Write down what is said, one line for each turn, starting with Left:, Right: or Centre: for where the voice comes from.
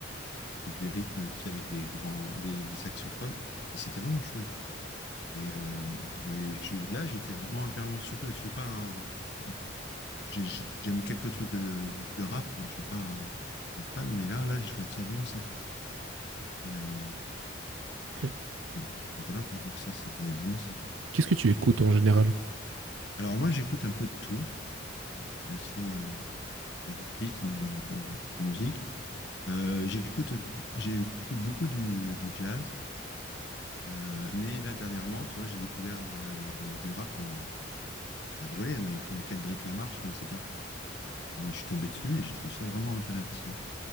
Left: c'est c'est des rythmes, tu sais, avec des grands, des, des saxophones. Et c'était vraiment chouette. Et, euh, et je- là, j'étais vraiment carrément surpris, parce que je suis pas un. je- j'ai- J'aime quelques trucs de, de rap, mais je suis pas un, un fan. Mais là, là, j'ai trouvé ça vraiment sympa. Et, euh,
Right: Ok.
Left: et, et voilà, quoi. Donc ça, c'était vraiment sympa.
Right: Qu'est-ce que tu écoutes
Left: Et-
Right: en général?
Left: Alors moi, j'écoute un peu de tout. Euh, je suis assez euh, hétéroclite en, en termes de, de musique. Euh, j'écoute, j'écoute beaucoup du, du jazz. Euh, mais là, dernièrement, tu vois, j'ai découvert euh, du rap. euh, alors, tu vas rigoler, hein, mais comme Kendrick Lamar, je connaissais pas. Et je suis tombé dessus et j'ai trouvé ça vraiment intéressant.